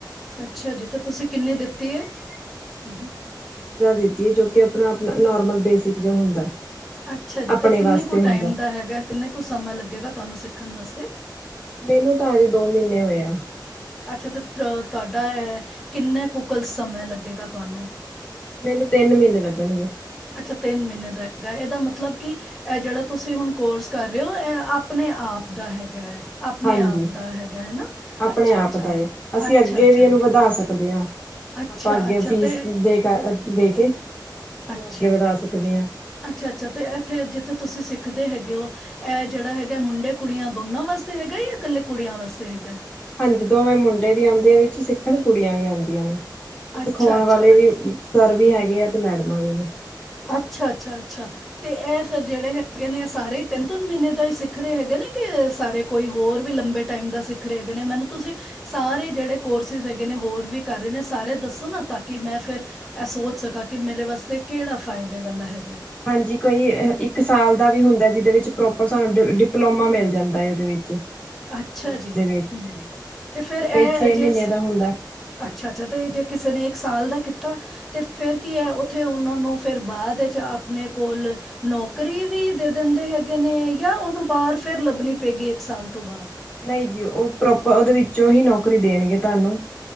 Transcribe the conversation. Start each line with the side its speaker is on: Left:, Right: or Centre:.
Centre: ਅੱਛਾ ਜੀ ਤੇ ਤੁਸੀਂ ਕਿੰਨੀ ਦਿੱਤੀ ਹੈ ਹੂੰ
Left: ਦਿੱਤੀ ਹੈ ਜੋ ਕਿ ਆਪਣਾ ਆਪਣਾ ਨੋਰਮਲ ਬੇਸਿਕ ਜਿਹਾ ਹੁੰਦਾ ਹੈ।
Centre: ਅੱਛਾ ਜੀ
Left: ਆਪਣੇ
Centre: ਤੇ ਕਿੰਨੇ
Left: ਵਾਸਤੇ
Centre: ਕੁ
Left: ਹੁੰਦਾ
Centre: ਟਾਈਮ ਦਾ ਹੈਗਾ, ਕਿੰਨੇ ਕੁ ਸਮਾਂ ਲੱਗੇਗਾ ਤੁਹਾਨੂੰ ਸਿੱਖ <unintelligible>
Left: ਮੈਨੂੰ ਤਾਂ ਅਜੇ ਦੋ ਮਹੀਨੇ ਹੋਏ ਆ।
Centre: ਅੱਛਾ ਤੇ ਅ ਤੁਹਾਡਾ ਕਿੰਨੇ ਕੁ ਕੁਲ ਸਮਾਂ ਲੱਗੇਗਾ ਤੁਹਾਨੂੰ?
Left: ਮੈਨੂੰ ਤਿੰਨ ਮਹੀਨੇ ਲੱਗਣਗੇ।
Centre: ਅੱਛਾ ਮਹੀਨੇ ਦਾ ਹੈਗਾ ਇਹਦਾ ਮਤਲਬ ਕਿ ਇਹ ਜਿਹੜਾ ਤੁਸੀਂ ਹੁਣ ਕੋਰਸ ਕਰ ਰਹੇ ਹੋ ਇਹ ਆਪਣੇ ਆਪ ਦਾ ਹੈਗਾ ਹੈ। ਆਪਣੇ
Left: ਹਾਂਜੀ
Centre: ਆਪ ਦਾ ਹੈਗਾ ਹੈ ਨਾ
Left: ਆਪਣੇ
Centre: ਅੱਛਾ
Left: ਆਪ
Centre: ਅੱਛਾ
Left: ਦਾ ਏ। ਅਸੀਂ
Centre: ਅੱਛਾ
Left: ਅੱਗੇ
Centre: ਅੱਛਾ
Left: ਵੀ ਇਹਨੂੰ ਵਧਾ ਸਕਦੇ ਹਾਂ
Centre: ਅੱਛਾ
Left: ਆਪਾਂ ਅੱਗੇ
Centre: ਅੱਛਾ
Left: ਫੀਸ
Centre: ਤੇ
Left: ਦੇ ਕੇ ਇਹਨੂੰ
Centre: ਅੱਛਾ,
Left: ਅੱਗੇ ਵਧਾ ਸਕਦੇ ਹਾਂ।
Centre: ਅੱਛਾ ਅੱਛਾ ਤੇ ਇੱਥੇ ਜਿੱਥੇ ਤੁਸੀਂ ਸਿੱਖ ਸਖਦੇ ਹੈਗੇ ਹੋ, ਇਹ ਜਿਹੜਾ ਹੈਗਾ ਮੁੰਡੇ ਕੁੜੀਆਂ ਦੋਨਾਂ ਵਾਸਤੇ ਹੈਗਾ ਜਾਂ ਇਕੱਲੇ ਕੁੜੀਆਂ ਵਾਸਤੇ ਹੈਗਾ?
Left: ਹਾਂਜੀ ਦੋਵੇਂ ਮੁੰਡੇ ਵੀ ਆਉਂਦੇ ਆ ਵਿੱਚ ਸਿੱਖਣ ਕੁੜੀਆਂ ਵੀ ਆਉਂਦੀਆਂ ਨੇ।
Centre: ਅੱਛਾ
Left: ਸਿਖਾਉਣ
Centre: ਅੱਛਾ
Left: ਵਾਲੇ ਵੀ ਸਰ ਵੀ ਹੈਗੇ ਆ ਤੇ ਮੈਡਮਾਂ ਵੀ ਨੇ।
Centre: ਅੱਛਾ ਅੱਛਾ ਅੱਛਾ, ਤੇ ਇਹ ਫਿਰ ਜਿਹੜੇ ਹੈਗੇ ਨੇ ਸਾਰੇ ਤਿੰਨ ਤਿੰਨ ਮਹੀਨੇ ਦਾ ਹੀ ਸਿੱਖ ਰਹੇ ਹੈਗੇ ਨੇ ਕਿ ਸਾਰੇ ਕੋਈ ਹੋਰ ਵੀ ਲੰਬੇ ਟਾਈਮ ਦਾ ਸਿੱਖ ਰਹੇ ਹੈਗੇ ਨੇ ਮੈਨੂੰ ਤੁਸੀਂ ਸਾਰੇ ਜਿਹੜੇ ਕੋਰਸਿਸ ਹੈਗੇ ਨੇ ਹੋਰ ਵੀ ਕਰ ਰਹੇ ਨੇ ਸਾਰੇ ਦੱਸੋ ਨਾ ਤਾਂ ਕਿ ਮੈਂ ਫਿਰ ਇਹ ਸੋਚ ਸਕਾਂ ਕਿ ਮੇਰੇ ਵਾਸਤੇ ਕਿਹੜਾ ਫ਼ ਫਾਇਦੇ ਵਾਲਾ ਹੈਗਾ।
Left: ਹਾਂਜੀ ਕੋਈ ਇੱਕ ਸਾਲ ਦਾ ਵੀ ਹੁੰਦਾ ਜਿਹਦੇ ਵਿੱਚ ਪ੍ਰੋਪ ਪਰ ਸਾਨੂੰ ਡਿ ਡਿਪਲੋਮਾ ਮਿਲ ਜਾਂਦਾ ਏ ਉਹਦੇ ਵਿੱਚ।
Centre: ਅੱਛਾ
Left: ਕੋਰਸ
Centre: ਜੀ
Left: ਦੇ ਵਿੱਚ
Centre: ਹਮ ਤੇ ਫੇਰ ਇਹ
Left: ਕਈ ਛੇ
Centre: ਜੇ,
Left: ਮਹੀਨੇ ਦਾ ਹੁੰਦਾ।
Centre: ਅੱਛਾ-ਅੱਛਾ ਤੇ ਜੇ ਕਿਸੇ ਨੇ ਇੱਕ ਸਾਲ ਦਾ ਕੀਤਾ ਤੇ ਫੇਰ ਕੀ ਹੈ ਉੱਥੇ ਉਹਨਾਂ ਨੂੰ ਫਿਰ ਬਾਅਦ ਵਿੱਚ ਆਪਣੇ ਕੋਲ ਨੌਕਰੀ ਵੀ ਦੇ ਦਿੰਦੇ ਹੈਗੇ ਨੇ ਜਾਂ ਉਹਨੂੰ ਬਾਹਰ ਫ਼ੇਰ ਲੱਭਣੀ ਪਏਗੀ ਇੱਕ ਸਾਲ? ਤੋਂ ਬਾਅਦ
Left: ਨਹੀਂ ਜੀ ਉਹ ਪ੍ਰੋਪ ਉਹਦੇ ਵਿੱਚੋਂ ਹੀ ਨੌਕਰੀ ਦੇਣਗੇ ਤੁਹਾਨੂੰ।